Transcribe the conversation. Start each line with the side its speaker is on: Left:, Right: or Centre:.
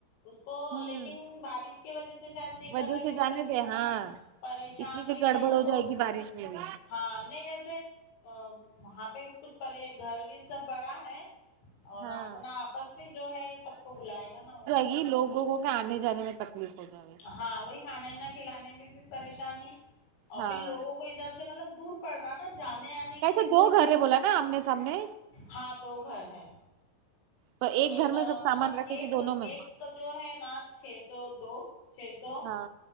Left: اس کو
Right: ہوں
Left: لیکن بارش کی وجہ سے شاید نہیں
Right: وجہ
Left: کر رہا
Right: سے
Left: کہ
Right: جانے
Left: مطلب
Right: دے ہاں
Left: پریشان
Right: اتنی پھر
Left: ہوئیں
Right: گڑبڑ
Left: گے نا لوگ
Right: ہو جائے گی بارش میں بھی
Left: ہاں نہیں ویسے ا وہاں پہ کچھ پے گھر ویر سب بڑا ہے اور
Right: ہاں
Left: اپنا آپس میں جو ہے سب کو بلائے گا نا وہ
Right: یہ لوگوں کو کے آنے جانے میں تکلیف ہو جا گ
Left: ہاں وہی کھانا ہی نہ کھلانے میں بھی پریشانی اور
Right: ہاں
Left: پھر لوگوں کو کو ادھر سے مطلب دور پڑ رہا ہے نا جانے آنے نہیں
Right: کیسے
Left: کی بھی
Right: دو
Left: تو
Right: گھر ہے بولا نا آمنے سامنے
Left: ہاں دو گھر ہے
Right: تو
Left: ایک
Right: گھر میں سب سامان
Left: مطلب
Right: رکھے
Left: ایک
Right: گی دونوں میں
Left: ایک توہ جو ہے نا چھ سو دو چھ سو
Right: ہاں